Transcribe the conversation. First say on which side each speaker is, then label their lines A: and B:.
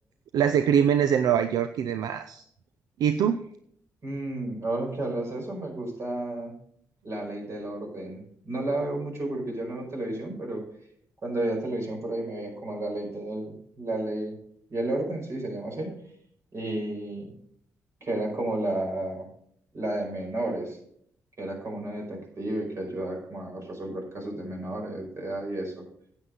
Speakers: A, on the right; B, on the right.
A: las de crímenes de Nueva York y demás. ¿Y tú?
B: Mm, ahora que hablas eso, me gusta La Ley del Orden. No la veo mucho porque ya no veo televisión, pero cuando veía televisión por ahí me veía como La Ley del, La Ley y el Orden, sí, se llama así, y que era como la, la de menores, que era como una detective que ayudaba como a resolver casos de menores, de edad y eso.